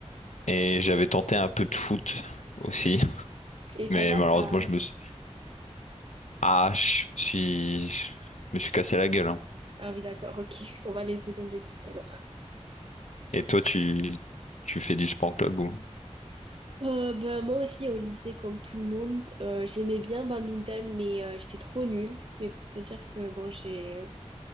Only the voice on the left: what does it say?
Et j'avais tenté un peu de foot aussi.
Mais
malheureusement,
je me suis... Ah, je me suis... je me suis cassé la gueule. hein.
Et toi, tu... tu fais du sport en club ou...